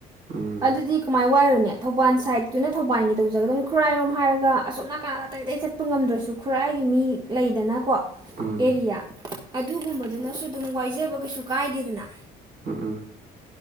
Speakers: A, on the right; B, on the right.
A: ꯎꯝ
B: ꯑꯗꯨꯗꯤ ꯀꯃꯥꯏ ꯋꯥꯏꯔꯨꯅꯦ ꯊꯧꯕꯥꯜ ꯁꯥꯏꯗꯠꯇꯨꯅ ꯊꯧꯕꯥꯜꯒꯤ ꯇꯧꯖꯒꯗꯕꯅꯤ ꯈꯨꯔꯥꯏꯔꯣꯝ ꯍꯥꯏꯔꯒ ꯑꯁꯣꯝ ꯅꯥꯀꯥꯟꯗ ꯑꯇꯩ ꯑꯇꯩ ꯆꯠꯄ ꯉꯝꯗ꯭ꯔꯁꯨ ꯈꯨꯔꯥꯏꯒꯤ ꯃꯤ ꯂꯩꯗꯅꯀꯣ
A: ꯎꯝ
B: ꯑꯦꯔꯤꯌꯥ ꯑꯗꯨꯒꯨꯝꯕꯗꯨꯅꯁꯨ ꯑꯗꯨꯝ ꯋꯥꯏꯖꯕ ꯀꯩꯁꯨ ꯀꯥꯏꯗꯦꯗꯅ
A: ꯎꯝ